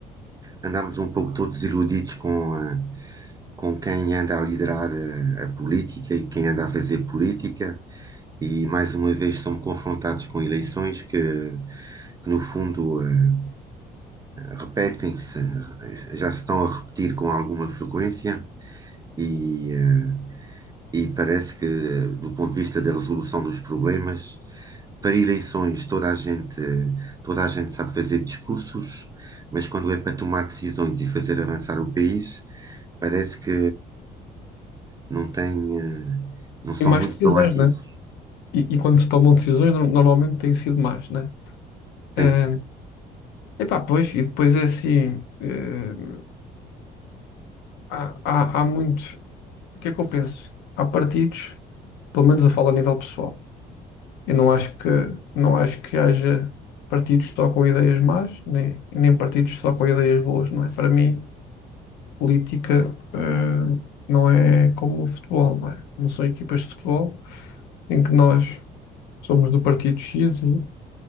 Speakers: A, on the right; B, on the left.
A: andamos um pouco todos iludidos com, a- com quem anda a liderar a, a política e quem anda a fazer política, e mais uma vez somos confrontados com eleições que, que no fundo, eh, repetem-se, eh, já se estão a repetir com alguma frequência. E, eh, e parece que, do ponto de vista da resolução dos problemas, para eleições toda a gente, toda a gente sabe fazer discursos, mas quando é para tomar decisões e fazer avançar o país, parece que não tem, eh, não são
B: têm mais
A: muito
B: decisões,
A: proativos,
B: né? E, e quando se tomam decisões, no- normalmente têm sido más, né?
A: têm
B: Eh, epá, pois, e depois é assim, eh, há, há, há muitos, o que é que eu penso? Há partidos, pelo menos eu falo a nível pessoal, Eu não acho que, não acho que haja partidos só com ideias más, nem, nem partidos só com ideias boas, não é? Para mim, política, eh, não é como o futebol, não é? Não são equipas de futebol em que nós somos do partido X e,